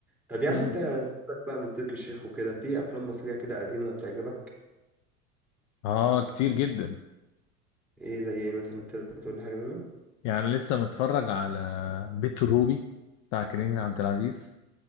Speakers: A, in the centre; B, on the left.
A: طب يعني
B: امم
A: أنت سيبك بقى من تركي الشيخ وكده في أفلام مصرية كده قديمة بتعجبك
B: اه كتير جدا
A: إيه زي إيه مثلا تقدر تقول لي حاجة منهم
B: يعني لسه متفرج على بيت الروبي بتاع كريم عبد العزيز